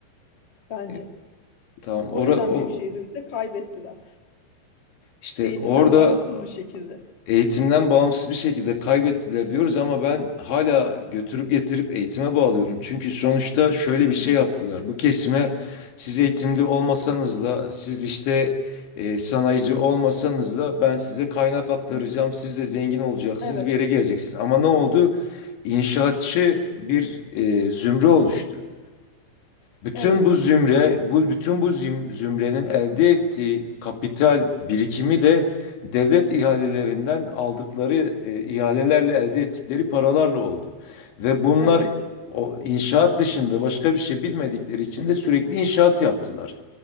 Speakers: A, on the left (about 35°); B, on the left (about 75°).
A: bence.
B: e, tamam
A: O
B: ora
A: yüzden
B: o
A: büyük şehirleri de kaybettiler.
B: işte
A: Eğitimden
B: orada
A: bağımsız bir şekilde.
B: eğitimden bağımsız bir şekilde kaybettiler diyoruz ama ben hala götürüp getirip eğitime bağlıyorum. Çünkü sonuçta şöyle bir şey
A: Hı hı.
B: yaptılar. Bu kesime siz eğitimli olmasanız da siz işte e, sanayici olmasanız da ben size kaynak aktaracağım.
A: Hı hı.
B: Siz de zengin olacaksınız,
A: Evet,
B: bir yere geleceksiniz. Ama ne oldu? İnşaatçı bir e, zümre oluştu. Bütün
A: evet,
B: bu zümre, bu bütün bu züm- zümrenin elde ettiği kapital birikimi de devlet ihalelerinden aldıkları e, ihalelerle elde ettikleri paralarla oldu. Ve bunlar
A: evet.
B: o inşaat dışında başka bir şey bilmedikleri için de sürekli inşaat yaptılar.